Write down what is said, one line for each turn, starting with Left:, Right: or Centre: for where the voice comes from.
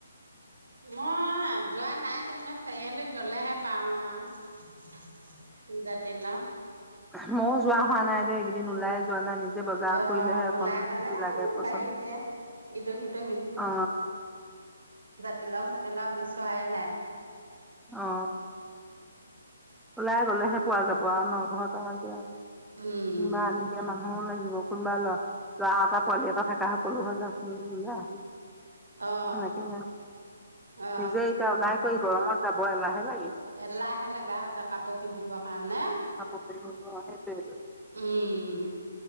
Right: মই যোৱা নাই কেনিবা চাৰিআলিত গলেহে পাওঁ আৱ জাতি লাউ
Centre: উমহ যোৱা হোৱা নাই দে এইকেইদিন ওলাই যোৱা নাই নিজে বজাৰ
Right: অ
Centre: কৰিলেহে অকণ
Right: ওলাই জানে
Centre: যি লাগে পচন্দ
Right: বাৰীতে ইটো সিটো
Centre: অ
Right: তিলাও চাটি লাও বিচৰাই নাই
Centre: অ ওলাই গ'লেহে পোৱা যাব আৱ ন ঘৰত আৱ কি আৱ
Right: উম
Centre: কিমান এতিয়া মানুহ লা কোনোবা ল ল'ৰা এটা পোৱালি এটা থকা সকলো হৈ যা চোন বোলো ওলাই আহিবি
Right: অ
Centre: সেনেকেই,
Right: অ
Centre: নিজে এতিয়া ওলাই কৰি -- গৰমত। যাব এলাহে লাগে!
Right: এলাহে লগা হৈছে কাপোৰ পিন্ধিবৰ কাৰণে।
Centre: কাপোৰ পিন্ধি সেইটোৱেটো
Right: উম